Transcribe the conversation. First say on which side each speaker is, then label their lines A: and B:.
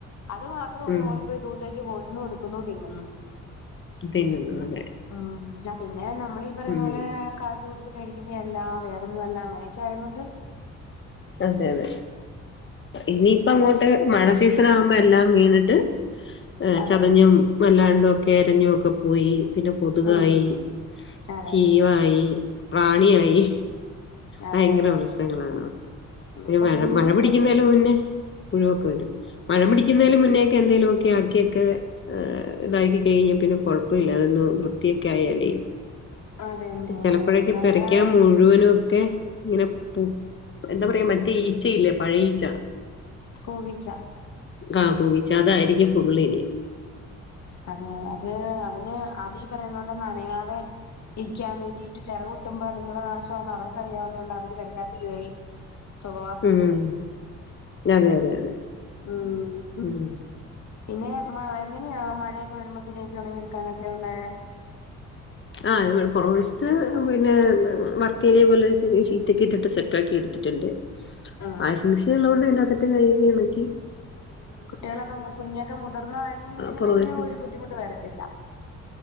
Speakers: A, on the left; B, on the left.
A: അത് മാത്രം ഒന്ന്
B: ഉം
A: ഓടിപ്പോയി ഇട്ടേച്ചു പോരുന്നു എടുക്കുന്നു തിന്നുന്നു.
B: തിന്നുന്നു അതെ
A: ഉം ആഹ് പിന്നെ നമ്മളീ പറയുന്ന
B: ഉം
A: പോലെ കാശുകൊടുത്ത് മേടിക്കുന്ന അല്ല വേറൊന്നും അല്ല അ നൊക്കെ ആയതൊണ്ട്
B: അതെ അതെ ഇനിപ്പ അങ്ങോ ട്ട് മഴ സീസണാകുമ്പോ എല്ലാം വീണിട്ട് ഏഹ്
A: അതെ
B: ചതഞ്ഞും വല്ലാണ്ടൊക്കെ അരഞ്ഞുവോക്കെ പോയി പിന്നെ കൊതുകായി
A: ഉം അതെ
B: ചീവായി പ്രാണിയായി
A: അതെ
B: ഭയങ്കര
A: അതെ
B: പ്രശ്നങ്ങളാണ്
A: അതെ ഇനിയിപ്പ
B: മഴ
A: പുഴുവൊക്കെ
B: മഴ പിടിക്കുന്നേലും മുന്നേ പുഴുവൊക്കെ വരും മഴം പിടിക്കുന്നേലും മുന്നേക്കെ എന്തെലുവോക്കെ ആക്കിയൊക്കെ ഏഹ് ഇതാക്കി കഴിഞ്ഞാ പിന്നെ കൊഴപ്പവില്ല ഒന്ന് വൃത്തിയൊക്കെ ആയാലേ
A: അതന്നെ
B: ചെലപ്പോഴൊക്കെ
A: നമ്മള്
B: പെരയ്ക്കാകം മുഴുവനു ക്കെ ഇങ്ങനെ പു എന്താ പറയാ മറ്റേ ഈച്ച ഇല്ലേ പഴേ ഈച്ച
A: കുവിച്ച
B: കാ കുവിച്ച അതാരിക്കും ഫുള്ളിനി
A: അതെ അത് അതിന് അതി പറയുന്നപോലെ നനയാതെ ഇരിക്കാൻ വേണ്ടിട്ട് ചെറകൊട്ടുമ്പോ അത്ങ്ങടെ നാശാന്ന് അവർക്ക് അറിയാന്നകൊണ്ട് അവര് പെരക്കാത്ത് കേറി
B: <inaudible>
A: സുഖവാസത്തിന്
B: ഉം
A: വരും
B: അതെ അതെ അതെ
A: ഉം
B: ഉം
A: പിന്നെ മ എങ്ങനെയാ മഴയൊക്കെ വരുമ്പോ തുണിയൊക്കെ ഒണങ്ങിയെടുക്കാനൊക്കെ ഒള്ളെ
B: ആഹ് ഇവടെ പൊറക് വശത്ത് പിന്നെ വർക്ക് ഏരിയ പോലെ ഷീറ്റക്കെ ഇട്ടിട്ട് സെറ്റ് ആക്കി എടുത്തിട്ട്ണ്ട്
A: ഉം
B: വാഷിംഗ്
A: ഉം
B: മെഷീൻ ഉള്ളതൊണ്ട് അതിന്റാത്തിട്ട് കഴികി ഒണക്കി
A: കുട്ടികളൊക്കെ കുഞ്ഞോക്കെ മുതിർന്ന ആയതൊണ്ട് പിന്നെ
B: പ്രവേശം
A: വല്യ ഒരു ബുദ്ധിമുട്ട് വരത്തില്ല.